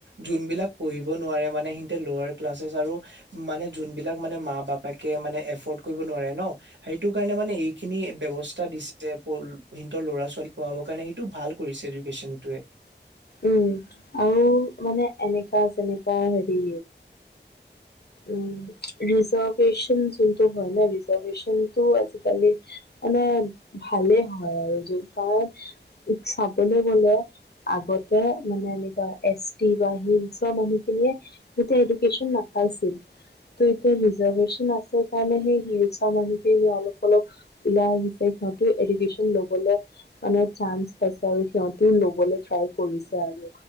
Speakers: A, on the right; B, on the left.
A: যোনবিলাক পঢ়িব নোৱাৰে মানে সিহতে লৱাৰ ক্লাছেছ আৰু মানে যোনবিলাক মানে মা বাপেক মে এফৰ্ড কৰিব নোৱাৰে ন সেইটো কাৰণে মানে এ খিনি ব্যৱস্থা দিছে সিহতৰ ল'ৰা ছোৱালী পঢ়াবৰ কাৰণে সেইটো ভাল। কৰিছে এডুকেশনটোৱে।
B: উম আৰু মানে এনেকা যেনেৱা হেৰি উম ৰিজাৰ্ভেশচন যোনটো হয় ন ৰিজাৰ্ভেশচনটো আজিকালি মানে ভালেই হয় আৰু য কাৰণ চাবলৈ গলে আগত যাতে মানে এনেকা এচ তি বা হিলছৰ মানুহখিনিয়ে যাতে এডুকেশ্বন না আছিল। তো এতিয়া ৰিজাৰভেশচন আছে কাৰণে সেই হিলচৰ মানুহখিনিৰ অলপ অলপ ওলাই আহিছে। হয়তো এডুকেশ্যন ল'বলৈ মানে চানন্স পাইছে। আৰু সিহঁতেও ল'বলৈ ট্ৰাই কৰিছে আৰু